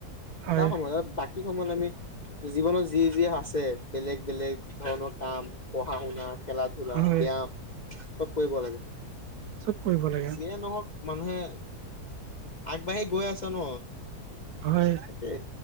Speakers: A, on the right (about 70°); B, on the left (about 45°).
A: হয়
B: তাৰ সময়ত বা কি কমল আমি জীৱনত যি যি আছে বেলেগ বেলেগ ধৰণৰ কাম পঢ়া শুনা খেলা ধূলা
A: হয়
B: ব্যয়াম চব কৰিব লাগে।
A: চব কৰিব লাগে।
B: যিয়ে নহওক মানুহে আগবাঢ়ি গৈ আছে ন।
A: হয়
B: এ